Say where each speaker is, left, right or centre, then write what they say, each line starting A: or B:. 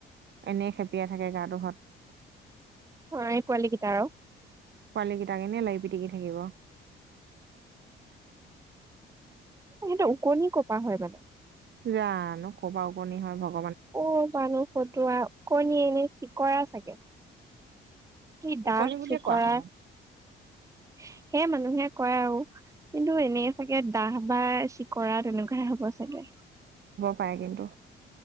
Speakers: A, on the right (about 60°); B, on the right (about 15°).
A: এনেই খেপিয়াই থাকে গাটো ঘৰত
B: অঁ পোৱালি কেইটাই আৰু।
A: পোৱালি কেইটাকেনে এনেই মাৰি পিটিকি থাকিব।
B: সেইটো ওকণি কপা হয় মানে।
A: জানো কবা ওকনি হয় ভগ
B: অঁ মানুহ ফটোৱাক কণীয়ে এনেই চিকৰা চাগে। কি ডাঠ
A: ওকণি বুলিয়ে
B: চিকৰা
A: কোৱা শুনো
B: সেয় মানুহে কয় আৰু কিন্তু এনে চাগে দাহ বা চিক কৰা তেনেকুৱাহে হ'ব চাগে।
A: পায় কিন্তু।